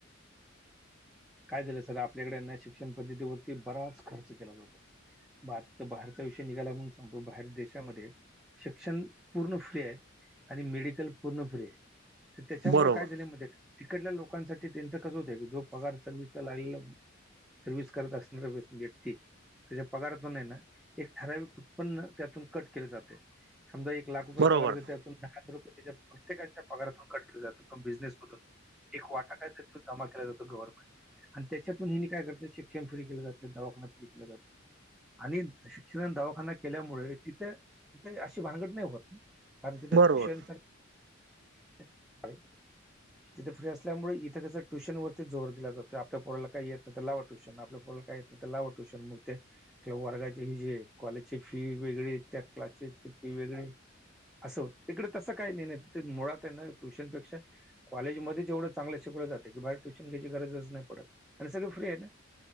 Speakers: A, in the centre; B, on the right (about 60°).
A: काय झालं सर आपल्याकडेना शिक्षण पद्धतीवरती बराच खर्च केला जातो. बात बाहेरचा विषय निघाला म्हणून सांगतो बाहेर देशामध्ये शिक्षण पूर्ण फ्री आहे आणि मेडिकल पूर्ण फ्री आहे. त्याच्यामुळे
B: बरोबर
A: काय झाले माहितीये का तिकडल्या लोकांसाठी त्यांच कसं होतं की जो पगार सर्व्हिसला लागलेला सर्व्हिस करत असणारा व्यक्ती. त्याच्या पगारातून आहे ना एक ठराविक उत्पन्न त्यातून कट केल जातंय. समजा एक लाख रुपये
B: बरोबर
A: पगार देता त्यातून <unintelligible> त्याच्या प्रत्येकांच्या पगारातून कट केले जात कम बिझनेसमधून. एक वाटा काय त्यातन जमा केला जातो गव्हर्मेट. आणि त्याच्यातून हेनी काय करते शिक्षण फ्री केलं जात दवाखाना फ्री केला जातो आणि <unintelligible> केल्यामुळे तिथ तिथं अशी भानगड नाही होत कारण तिथ्
B: बरोबर
A: ट्युशन. <inaudible> तिथ फ्री असल्यामुळे इथं कसं ट्यूशनवरती जोर दिला जातो आपल्या पोराला काय येत तर लावा ट्यूशन आपल्या पोराला काय तर लावा ट्यूशन मग ते किंवा वर्गाचे हि जे कॉलेजची फी वेगळी त्या क्लासेसची फी वेगळी. असं होतं तिकडे तसं काय नाही नाही तिथ मुळात आहे ना ट्युशनपेक्षा कॉलेजमध्येच एवढं चांगलं शिकवलं जाते की बाहेर ट्युशन घ्यायची गरजच नाही पडत आणि सगळे फ्री आहे ना.